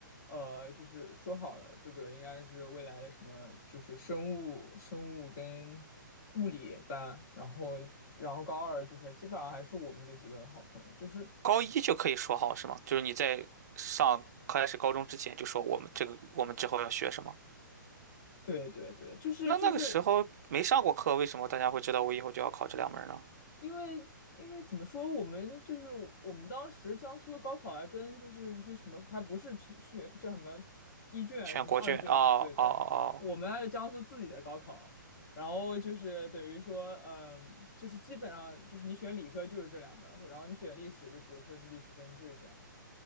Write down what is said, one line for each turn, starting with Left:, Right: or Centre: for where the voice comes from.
Left: 呃，就是说好了这个应该是未来的什么就是生物生物跟物理班，然后然后高二就是基本上还是我们这几个好朋友，就是
Right: 高一就可以说好是吗？就是你在上开始高中之前就说我们这个我们之后要学什么，
Left: 对对对，就是就是
Right: 那那个时候没上过课，为什么大家会知道我以后就要考这两门呢？
Left: 因为因为怎么说，我们就是我们当时江苏的高考还跟就是就什么还不是去去叫什么一卷什么二卷，
Right: 全国卷，哦哦哦
Left: 对对，我们还有江苏自己的高考，然后就是等于说，嗯，就是基本上就是你选理科就是这两门，然后你选历史就比如说是历史政治这样。